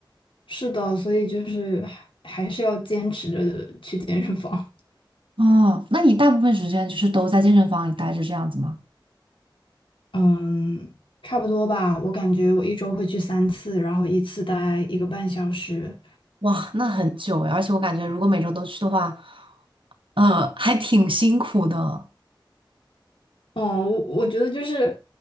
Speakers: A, on the left; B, on the right.
A: 是的，所以就是还还是要坚持着去健身房。
B: 哦，那你大部分时间就是都在健身房里待着这样子吗？
A: 嗯，差不多吧。我感觉我一周会去三次，然后一次待一个半小时。
B: 哇，那很久诶，而且我感觉如果每周都去的话，呃，还挺辛苦的。
A: 嗯，我我觉得就是